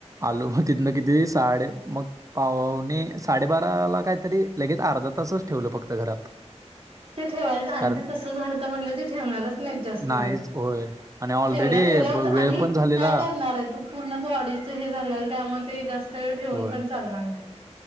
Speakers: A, on the right (about 30°); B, on the right (about 50°).
A: आलो मग तिथन किती साडे मग पावणे साडेबाराला काहीतरी- लगेच अर्धा तासच ठेवलं फक्त घरात.
B: ते ठेवायचं आणि
A: कारण
B: ते तसं झालत म्हणल्यावर ते ठेवणारच नाहीत जास्त
A: नाहीच
B: वेळ.
A: होय. आणि ऑलरेडी
B: ठेवल्या ठेवल्या होत
A: वेळ
B: आणि
A: पण झालेला
B: काय करणार आहे तू. पूर्ण बॉडीच हे झालेलं त्यामुळे ते जास्त वेळ ठेवून
A: होय.
B: पण चालणार नाही.